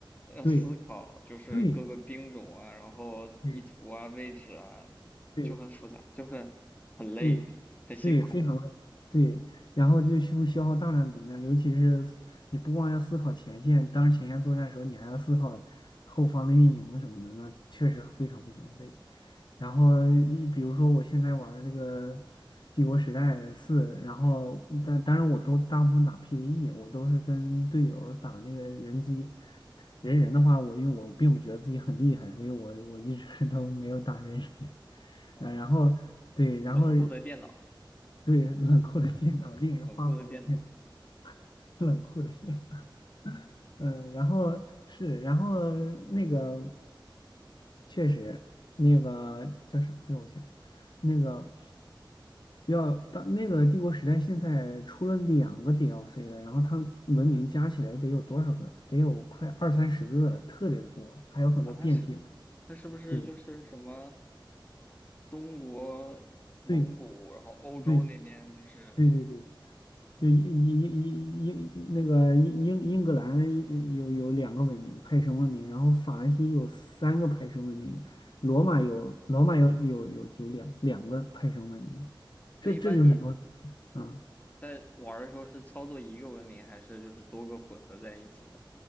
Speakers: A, on the left (about 20°); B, on the left (about 60°).
A: 要思考，
B: 对
A: 就是各个兵种啊，
B: 对
A: 然后地图啊、
B: 对
A: 位置啊，
B: 对，
A: 就很复杂，就很很累，
B: 对，
A: 很辛苦
B: 对，非常累，对，然后就需消耗大量能量，尤其是思你不光要思考前线，当前线作战的时候，你还要思考后方的运营什么的，那确实非常非常累。然后一比如说我现在玩儿那个《帝国时代四》，然后但当然我都大部分打 PVE，我都是跟队友儿打那个人机，人人的话，我因为我并不觉得自己很厉害，所以我我一直 <laughs> 都没有打人人。<laughs>
A: 啊。
B: 啊，然后对，然后
A: 冷酷的电脑，
B: 对冷酷的电脑，令人发狂的电脑，
A: 冷酷的电脑
B: 冷酷的电脑。嗯，然后是，然后那个确实那个叫啥来着？我想想，那个。要到那个帝国时代，现在出了两个 DLC 了，然后它文明加起来得有多少个？得有快二三十个了，特别的多，还有很多变体。
A: 啊，它是它是不是就是什么
B: 对
A: 中国、蒙古，
B: 对
A: 然后欧洲那边就是
B: 对对对对，就英英英英英那个英英英格兰一有有两个文明派生文明，然后法兰西有三个派生文明，罗马有罗马有有有有两两个派生文明，
A: 那一般你
B: 这这就是说，啊、
A: 在玩儿的时候是操作一个文明，还是就是多个混合在一起的？